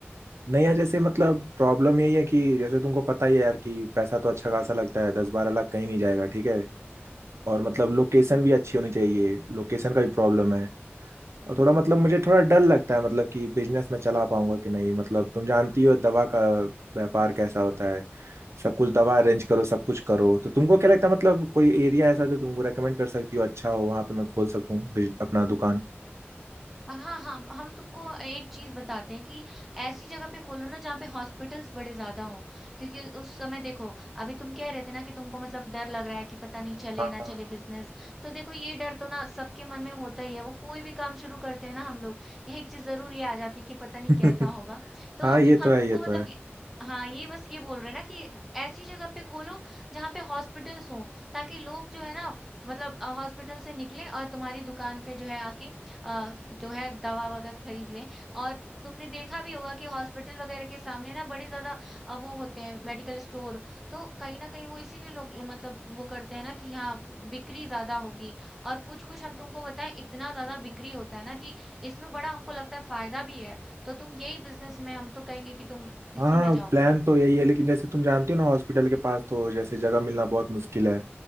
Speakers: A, on the right (about 80°); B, in the centre.
A: नहीं यार जैसे मतलब प्रॉब्लम यही है कि जैसे तुमको पता ही है यार कि पैसा तो अच्छा खासा लगता है दस बारह लाख कहीं नहीं जाएगा ठीक है और मतलब लोकेशन भी अच्छी होनी चाहिए लोकेशन का भी प्रॉब्लम है और थोड़ा मतलब मुझे थोड़ा डर लगता है मतलब कि बिजनेस में चला पाऊंगा कि नहीं मतलब तुम जानती हो दवा का व्यापार कैसा होता है सब कुछ दवा अरेंज करो सब कुछ करो तो तुमको क्या लगता है मतलब कोई एरिया ऐसा जो तुमको रेकमेंड कर सकती हो अच्छा हो वहां पे मैं खोल सकूं बिज- अपना दुकान
B: हाँ हाँ हम तुमको एक चीज बताते हैं कि ऐसी जगह पे खोलो ना जहाँ पे हॉस्पिटल्स बड़े ज्यादा हों क्योंकि उस समय देखो अभी तुम कह रहे थे ना कि तुमको मतलब डर लग रहा है कि पता नहीं चले
A: हाँ
B: ना
A: हाँ
B: चले बिजनेस तो देखो ये डर तो ना सबके मन में होता ही है वो कोई भी काम शुरू करते हैं ना हम लोग एक चीज जरूर ये आ जाती है कि पता नहीं
A: <laughs>
B: कैसा होगा तो
A: हाँ हाँ, ये
B: हम
A: तो है
B: तुमको
A: ये
B: मतलब
A: तो है
B: ये- हाँ ये बस ये बोल रहे हैं ना कि ऐसी जगह पे खोलो जहाँ पे हॉस्पिटल्स हों ताकि लोग जो है ना मतलब हॉस्पिटल से निकले और तुम्हारी दुकान पे जो है आके अ, जो है दवा वगैरह खरीद लें और तुमने देखा भी होगा कि हॉस्पिटल वगैरह के सामने ना बड़े ज्यादा अ, वो होते हैं मेडिकल स्टोर तो कहीं ना कहीं वो इसीलिए लोग मतलब वो करते हैं ना कि हाँ बिक्री ज्यादा होगी और कुछ कुछ हम तुमको बताएं इतना ज्यादा बिक्री होता है ना कि इसमें बड़ा हमको लगता है फायदा भी है तो तुम यही बिजनेस में हम तो कहेंगे कि तुम इसी
A: हाँ
B: में जाओ
A: प्लान तो यही है लेकिन जैसे तुम जानती हो ना हॉस्पिटल के पास तो जैसे जगह मिलना बहुत मुश्किल है